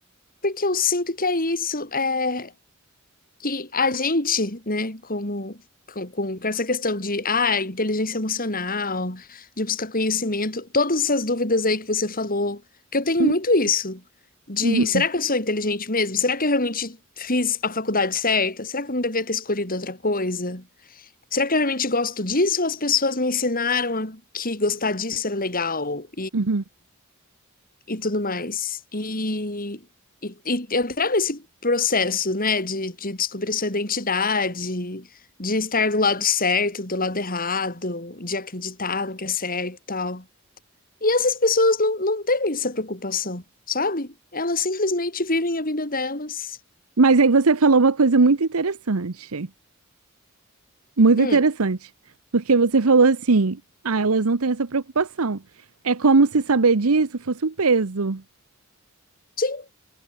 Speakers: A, on the left; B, on the right.
A: Porque eu sinto que é isso. é que a gente, né, como com, com essa questão de ah, inteligência emocional, de buscar conhecimento, todas essas dúvidas aí que você falou, que eu tenho
B: Hum,
A: muito isso, de
B: Uhum,
A: será que eu sou inteligente mesmo? Será que eu realmente fiz a faculdade certa? Será que eu não devia ter escolhido outra coisa? Será que eu realmente gosto disso ou as pessoas me ensinaram a que gostar disso era legal?
B: uhum.
A: e tudo mais. E, e, e entrar nesse processo, né, de, de descobrir sua identidade, de estar do lado certo, do lado errado, de acreditar no que é certo e tal. E essas pessoas não, não têm essa preocupação, sabe? Elas simplesmente vivem a vida delas.
B: Mas aí você falou uma coisa muito interessante, muito
A: Hum.
B: interessante, porque você falou assim, ah, elas não têm essa preocupação. É como se saber disso fosse um peso,
A: Sim,